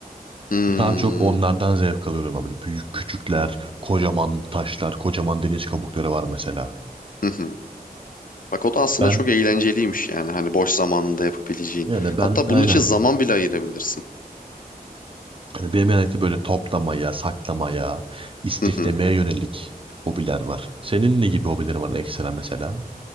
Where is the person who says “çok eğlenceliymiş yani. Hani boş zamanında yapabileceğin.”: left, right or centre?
Left